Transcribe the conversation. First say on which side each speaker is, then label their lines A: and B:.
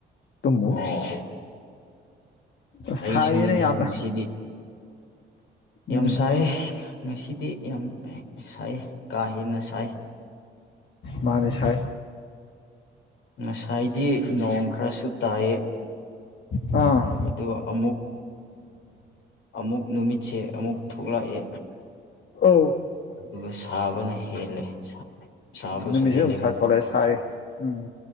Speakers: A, on the left (about 60°); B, on the left (about 75°).
A: ꯇꯨꯝꯃꯨ
B: ꯑꯣ
A: ꯑꯁ
B: ꯑꯩꯁꯨꯅꯤꯅꯦ
A: ꯁꯥꯏꯌꯦꯅꯦ ꯌꯥꯝꯅ
B: ꯉꯁꯤ ꯌꯥꯝ
A: ꯎꯝ
B: ꯁꯥꯏꯌꯦ ꯉꯁꯤꯗꯤ ꯌꯥꯝ ꯁꯥꯏꯌꯦ ꯀꯥ ꯍꯦꯟꯅ ꯁꯥꯏ
A: ꯃꯥꯅꯦꯁꯥꯏ
B: ꯉꯁꯥꯏꯗꯤ ꯅꯣꯡ ꯈꯔꯁꯨ ꯇꯥꯏ
A: ꯑꯥ
B: ꯑꯗꯣ ꯑꯃꯨꯛ ꯑꯃꯨꯛ ꯅꯨꯃꯤꯠꯁꯦ ꯑꯃꯨꯛ ꯊꯣꯛꯂꯛꯑꯦ
A: ꯑꯣ
B: ꯑꯗꯨꯒ ꯁꯥꯕꯅ ꯍꯦꯜꯂꯦ ꯁꯥ ꯁꯥꯕꯁꯨ
A: ꯅꯨꯃꯤꯠꯁꯦ
B: ꯍꯦꯜꯂꯦ
A: ꯑꯃꯨꯛ
B: ꯑꯃꯨꯛꯀ
A: ꯁꯥꯊꯣꯛꯂꯛꯑꯦ ꯁꯥꯏ ꯎꯝ